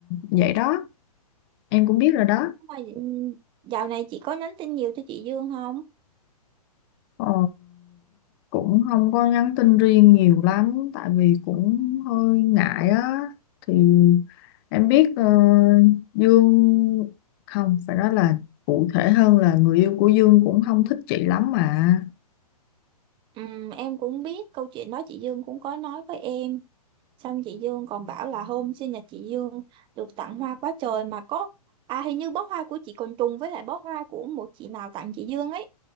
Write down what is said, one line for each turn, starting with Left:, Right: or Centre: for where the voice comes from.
Left: vậy đó, em cũng biết rồi đó.
Right: Mà, ừm, Dạo này chị có nhắn tin nhiều cho chị Dương không
Left: Ờ, cũng không có nhắn tin riêng nhiều lắm tại vì cũng hơi ngại á thì em biết ờ, Dương không phải nói là cụ thể hơn là người yêu của Dương cũng không thích chị lắm mà
Right: Ừm, Em cũng biết câu chuyện đó chị Dương cũng có nói với em Xong chị Dương còn bảo là hôm sinh nhật chị Dương Được tặng hoa quá trời mà có À hình như bó hoa của chị còn trùng với lại bó hoa của một chị nào tặng chị Dương ấy